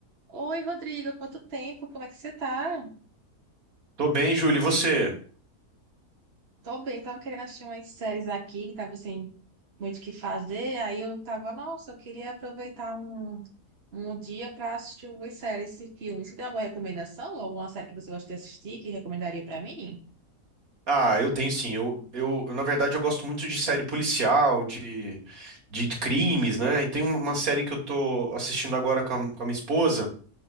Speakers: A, on the right; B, on the right.
A: Oi, Rodrigo, quanto tempo? Como é que você tá?
B: Tô bem, Júlio, e você?
A: Tô bem, tava querendo assistir umas séries aqui, que tava sem muito o que fazer. Aí eu tava, nossa, eu queria aproveitar um, um dia pra assistir algumas séries e filmes. Você tem alguma recomendação? Alguma série que você gosta de assistir que recomendaria pra mim?
B: Ah, eu tenho sim. Eu, eu, eu, na verdade, eu gosto muito de série policial, de, de crimes, né? E tem uma uma série que eu tô assistindo agora com a, com a minha esposa.